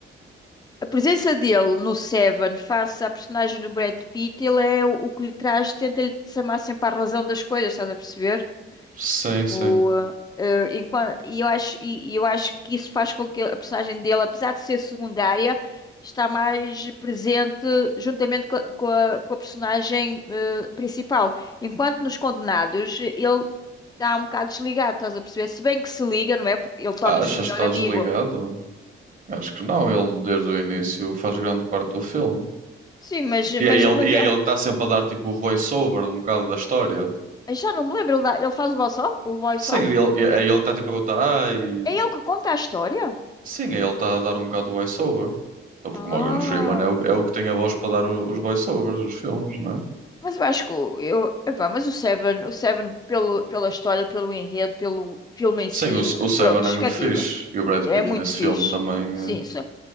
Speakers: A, on the left; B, on the right.
A: A presença dele no Seven face à personagem do Brad Pitt, ele é o, o que lhe traz, tenta-lhe chamar sempre à razão das coisas, estás a perceber?
B: Sim, sim.
A: O, eh, eh, enquan- e, eu acho, e, e eu acho que isso faz com que a personagem dele, apesar de ser secundária, está mais presente juntamente co- com, a, com a personagem eh, principal. Enquanto nos Condenados, ele está um bocado desligado, estás a perceber? Se bem que se liga, não é? Porque ele torna-se
B: Achas
A: o melhor
B: que está
A: amigo.
B: desligado? Acho que não, ele desde o início faz grande parte do filme.
A: Sim, mas,
B: E
A: mas,
B: é ele,
A: mas
B: e
A: é,
B: é ele que está sempre a dar tipo o voice-over de um bocado da história.
A: Eu já não me lembro. Ele dá- ele faz o voice-off? O voice-off?
B: Sim, ele, é ele que está tipo a contar, ai,
A: É ele que conta a história?
B: Sim, aí ele está a dar um bocado de voice-over. Então, porque
A: Ah.
B: o Morgan Freeman é o, é o que tem a voz para dar o- os voice-overs, os filmes, não é?
A: Mas eu acho que o- eu, epá, mas o Seven, o Seven pelo, pela história, pelo enredo, pelo filme em si,
B: Sim, o, o Seven
A: pronto,
B: é muito
A: cativa.
B: fixe. E o Brad
A: É
B: Pitt
A: muito
B: nesse
A: fixe.
B: filme também,
A: Sim,
B: eh,
A: isso, é